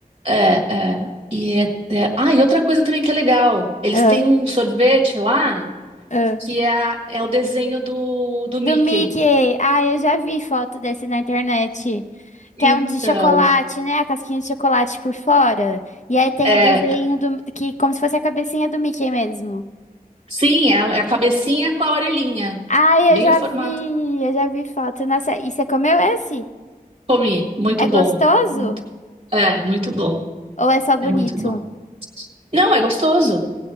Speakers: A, on the right (about 35°); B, on the left (about 50°).
A: É, é. E é, é- Ah, e outra coisa também que é legal. Eles
B: Ah,
A: têm um sorvete lá
B: ah.
A: que é, a- é o desenho do, do
B: Do
A: Mickey.
B: Mickey. Ah, eu já vi foto desse na internet. Que
A: Então,
B: é um de chocolate, né? A casquinha de chocolate por fora. E aí tem
A: é.
B: o desenho do, que como se fosse a cabecinha do Mickey mesmo.
A: Sim, é a, é a cabecinha com a orelhinha.
B: Ai,
A: Bem
B: eu já
A: o formato.
B: vi, eu já vi foto. Nossa, e você comeu esse?
A: Comi. Muito
B: É gostoso
A: bom. Muito- é, muito bom.
B: ou é só bonito?
A: É muito bom. Não, é gostoso.